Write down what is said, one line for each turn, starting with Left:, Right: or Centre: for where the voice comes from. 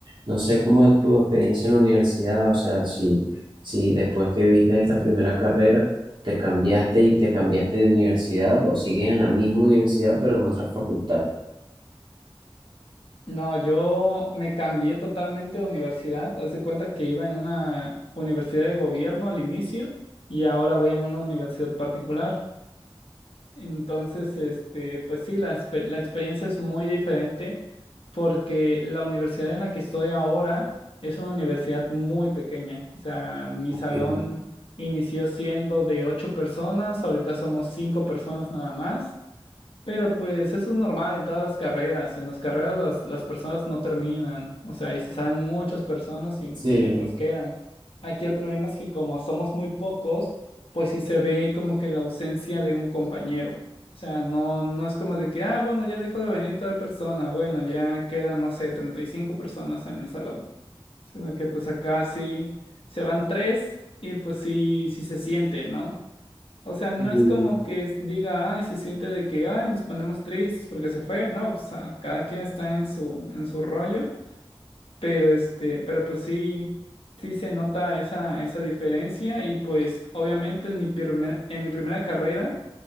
Right: no sé cómo es tu experiencia en la universidad, o sea, si, si después que viste esta primera carrera te cambiaste y te cambiaste de universidad o sigues en la misma universidad pero en otra facultad.
Left: No, yo me cambié totalmente de universidad. Haz de cuenta que iba en una universidad de gobierno al inicio y ahora voy en una universidad particular. Entonces, este, pues sí, la, expe- la experiencia es muy diferente porque la universidad en la que estoy ahora es una universidad muy pequeña. O sea, mi salón
Right: Que-
Left: inició siendo de ocho personas, ahorita somos cinco personas nada más. Pero pues eso es normal en todas las carreras. En las carreras las, las personas no terminan. O sea, y se salen muchas personas y,
Right: Sí.
Left: y otras quedan. Aquí el problema es que como somos muy pocos, pues sí se ve como que la ausencia de un compañero. O sea, no, no es como de que, ah, bueno, ya dejó de venir tal persona. Bueno, ya quedan, no sé, 35 personas en el salón. Sino que pues acá sí se van tres y pues sí, sí se siente, ¿no? O sea, no
Right: Un,
Left: es como que es- diga, ay, se siente de que, ay, nos ponemos tristes porque se fue. No, pues ah, cada quien está en su, en su rollo, pero este, pero pues sí, sí se nota esa, esa diferencia y pues obviamente en mi primer, en mi primera carrera,